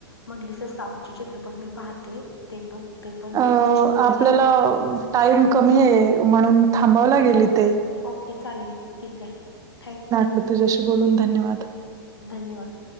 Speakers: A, on the left (about 85°); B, on the right (about 25°).
A: म्हंटलिस तर साऊंड चे चित्रपट मी पाहते ते पण. ते पण
B: अ
A: त्यांच्या स्टोरी
B: आपल्याला टाईम कमी आहे म्हणून थांबव लागेल इथे.
A: ओके चालेल ठीक आहे थँकू.
B: तर तुझ्याशी बोलून धन्यवाद.
A: धन्यवाद